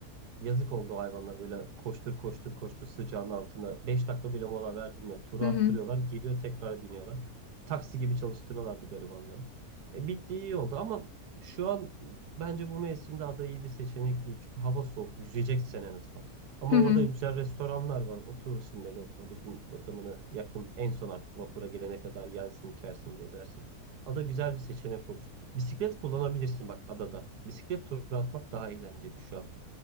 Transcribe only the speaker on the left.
Hı
hı.
Hı hı.